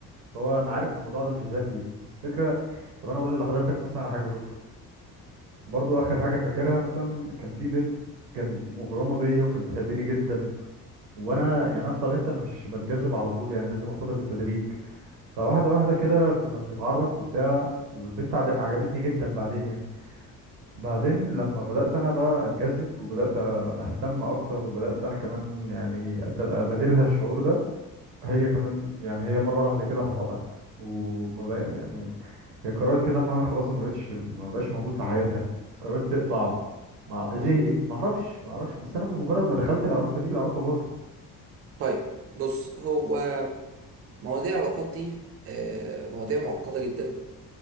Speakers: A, on the right; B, on the right.
A: هو انا عارف الموضوع ده مش ذنبي بس فكره طب انا اقول لحضرتك مثلا على حاجه يا دكتور برضو اخر حاجه فاكرها مثلا كان في بنت كان مغرمه بيا وكانت بتحبني جدا وانا يعني انا بطبيعتي انا مش بنجذب على طول يعني لازم اخدها بالتدريج فواحده واحده كده كنا بنتعرف وبتاع والبنت عد- عجبتني جدا بعدين يعني بعدين لما بدات انا بقى انجذب وبدات اهتم اكتر وبدات انا كمان يعني أت- ابادلها الشعور ده هي كمان يعني هي مره واحده كده هتقطعت وما بقى يعني هي قررت كده ان انا خلاص ما بقتش ما بقاش موجود في حياتها قررت تقطع مع زهقت
B: مم.
A: ما اعرفش ما اعرفش بس انا بمجرد ما دخلت العلاقه دي العلاقه باظت
B: طيب بص هو مواضيع العلاقات دي آه، مواضيع معقدة جدا